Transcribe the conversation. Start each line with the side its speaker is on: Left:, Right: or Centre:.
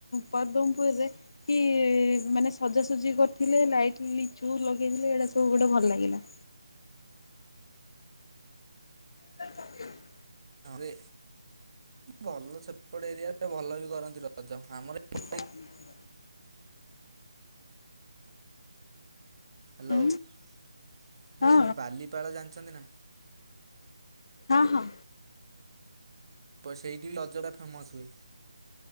Left: ପଦ୍ମପୁରୁ ରେ। କି ମାନେ ସଜାସଜି କରିଥିଲେ ଲାଇଟ୍ ଲିଚୁ ଲଗେଇଥିଲେ ଏଇଡ଼ା ସବୁ ଗୁଟେ ଭଲ ଲାଗିଲା। ତା <inaudible>
Right: ରେ ଭଲ ସେପଟ ଏରିଆରେ ଭଲ ବି କରନ୍ତି ରଜ ଆମର ଏପଟେ
Left: ହୁଁ <inaudible>
Right: ହାଲୋ
Left: ଉଁ
Right: ମୁଁ
Left: ହଁ
Right: କହିଲି ବାଲିପାଳ ଜାଣିଛନ୍ତି ନା?
Left: ହଁ ହଁ।
Right: ସେଇଠି ବି ଅଯଗା ଫେମସ୍ ହୁଏ।